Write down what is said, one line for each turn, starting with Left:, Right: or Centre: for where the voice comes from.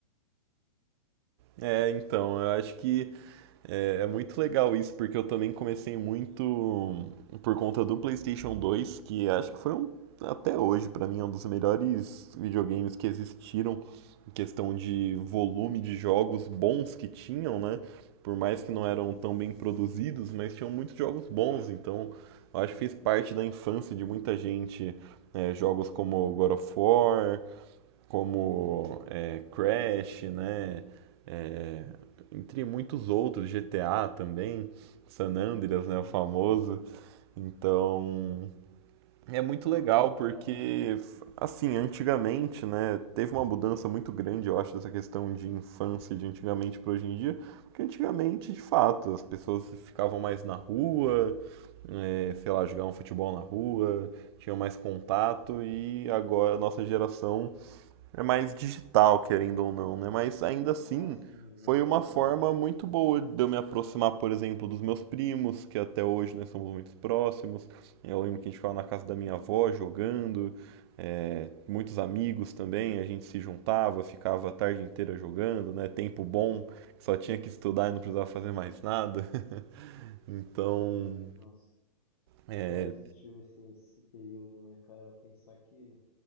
Right: É, então, eu acho que é, é muito legal isso, porque eu também comecei muito por conta do PlayStation 2, que acho que foi um, até hoje, pra mim, é um dos melhores videogames que existiram, em questão de volume de jogos bons que tinham, né? Por mais que
Left: Sim,
Right: não eram tão bem produzidos, mas tinham muitos jogos bons, então eu acho que fez parte da infância de muita gente. é, jogos como God of War, como é, Crash, né? É, entre muitos outros, GTA também, San Andreas,
Left: sim,
Right: né, o famoso.
Left: sim.
Right: Então, é muito
Left: Nossa,
Right: legal
Left: e ainda.
Right: porque assim, antigamente, né, teve uma mudança muito grande, eu acho, dessa questão de infância de antigamente para hoje em dia, porque antigamente, de fato, as pessoas ficavam mais na rua, é, sei lá, jogavam futebol na rua, tinham mais contato e agora a nossa geração é mais digital, querendo ou não, né? Mas ainda assim,
Left: Ah, sim, inevitavelmente.
Right: foi uma forma muito boa de eu me aproximar, por exemplo, dos meus primos, que até hoje nós somos muito próximos. Eu lembro que a gente ficava na casa da minha avó jogando, é, muitos amigos também, a gente se juntava, ficava a tarde inteira jogando, né? Tempo bom, só tinha que estudar e não precisava fazer mais nada. <laughs> Então,
Left: Sim, nossa.
Right: é,
Left: Já existiu esse, esse período, né, cara? Pensar que